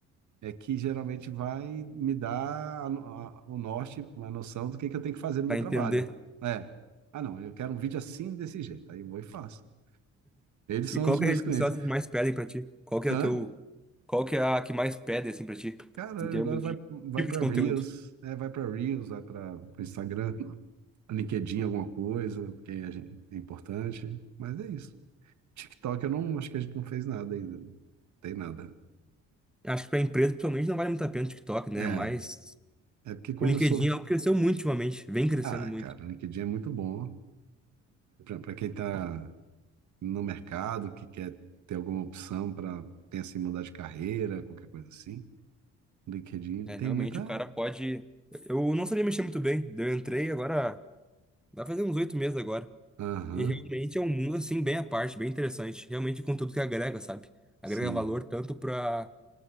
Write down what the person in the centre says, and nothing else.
pra
entender.
E qual
que
é a rede
social assim, que mais pedem pra ti? Qual que
é a teu. Qual que é a que mais pede, assim, pra ti?
Em termos
de
tipo
de conteúdo.
Acho que para empresa, principalmente, não vale muito a pena o TikTok, né?
Mas
o LinkedIn é algo que cresceu muito ultimamente, vem crescendo
muito.
É,
realmente,
o cara pode. Eu não sabia mexer muito bem. daí Eu entrei agora, vai fazer uns oito meses agora.
E realmente é um mundo, assim, bem à parte, bem interessante. Realmente, conteúdo que agrega, sabe? Agrega
valor tanto para